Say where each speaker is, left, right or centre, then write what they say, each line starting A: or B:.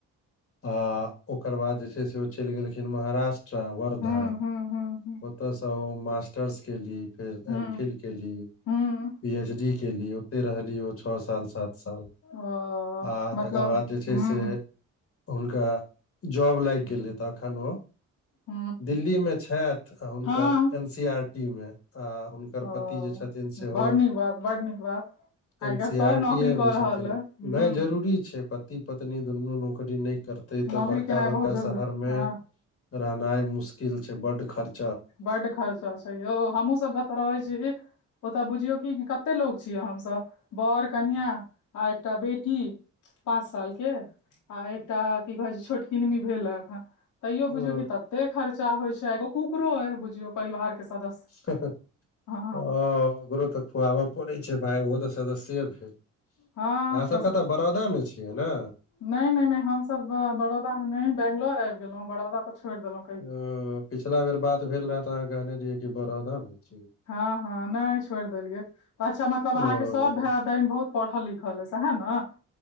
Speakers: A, on the left (about 50°); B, on the left (about 80°).
A: आ ओकर बाद जे छै से ओ चैल गेलखिन महाराष्टा वर्धा
B: हूँ हूँ हूँ
A: ओतयसँ ओ मास्टर्स केली फेर
B: हूँ
A: एम फिल केली
B: हूँ
A: पी एच डी केली ओ तैय रहली ओ छ साल सात साल
B: ओ
A: आ
B: मतलब
A: तकर बाद जे छै
B: हूँ
A: से हुनका जॉब लाइग गेलै तखन ओ
B: हूँ
A: दिल्लीमे छैथ आ हुनकर
B: हँ
A: एन सी आर टी मे आ हुन कर
B: ओ
A: पति जे छथिन सेहो
B: बड़ नीक बात बड़ नीक बात आइ
A: एन
B: काल्हि
A: सी
B: सभ
A: आरटी
B: नौकरी
A: ए
B: कऽ
A: मे छथिन
B: रहल अइ
A: नय
B: हूँ
A: जरूरी छै प पति पत्नी दुन्नू नौकरी नय करते तऽ
B: नौकरी
A: बड़का
B: केनाइ
A: - बड़का
B: बहुत जरूरी
A: शहर मे
B: हँ
A: रहनाइ मुश्किल छै बड्ड खर्च
B: बड्ड खर्चा छै यौ हमहुँ सब जतऽ रहै छी ओता बुझियौ की कते लोग छियै हमसभ बर कनिआ आ एकटा बेटी पाँच साल केँ आ एकटा की कहै छै छोट किनमी भेल हऽ एखन तैयो बुझियो
A: ओ
B: की तते खर्चा होइ छै एगो कुकरो अय बुझियो परिवार केँ सदस्य
A: हँ
B: हँ
A: ओ रो तऽ खुआबऽ परै छै भाय ओहो तऽ <unintelligible> अहाँ
B: हँ
A: सब कतऽ बड़ौदा मे छियै ने
B: नै नै नै हमस त बड़ौदा मे नै बंगलोर आबि गेलहुं बड़ौदा तऽ छोड़ि देलहुॅं
A: ओ पिछला बेर बात भेल रहए तऽ अहाँ कहने रहियै कि बड़ौदामे छी
B: हँ हँ नै छोड़ि देलियै तऽ पाछा मतलब अहाँके
A: ओ
B: सब भाए टैम बहुत पढ़ल लिखल अई सहए न